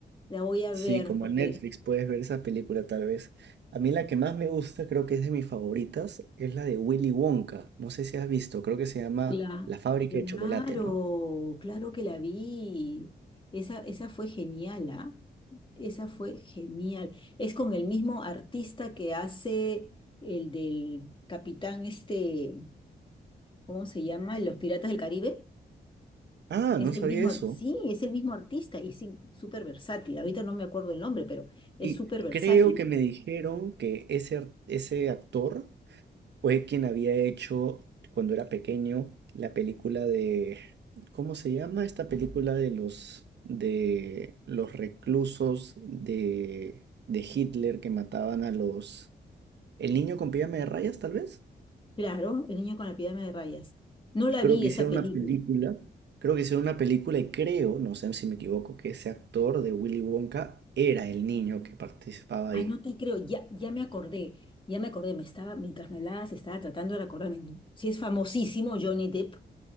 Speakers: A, on the left (about 25°); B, on the right (about 70°).
A: La voy a
B: Sí,
A: ver
B: como
A: porque
B: en Netflix puedes ver esa película, tal vez. A mí la que más me gusta, creo que es de mis favoritas, es la de Willy Wonka. No sé si has visto, creo que se llama
A: la,
B: La fábrica
A: claro,
B: de chocolate, ¿no?
A: claro que la vi. Esa, esa fue genial, ¿ah? Esa fue genial. Es con el mismo artista que hace el del capitán, este, ¿cómo se llama? Los Piratas del Caribe.
B: Ah,
A: Es
B: no
A: el
B: sabía
A: mismo,
B: eso.
A: ar- sí, es el mismo artista y sí, súper versátil. Ahorita no me acuerdo el nombre, pero es
B: Y
A: súper versátil.
B: creo que me dijeron que ese, ar- ese actor fue quien había hecho cuando era pequeño la película de, ¿cómo se llama esta película de los de los reclusos de, de Hitler que mataban a los El niño con pijama de rayas, tal vez?
A: Claro, El niño con la pijama de rayas. No la
B: Creo
A: vi
B: que
A: esa
B: hicieron
A: película.
B: una película, creo que hicieron una película y creo, no sé si me equivoco, que ese actor de Willy Wonka era el niño que participaba
A: Ah,
B: ahí.
A: no te creo, ya, ya me acordé, ya me acordé, me estaba, mientras me hablabas, estaba tratando de acordarme. Sí es famosísimo Johnny Depp.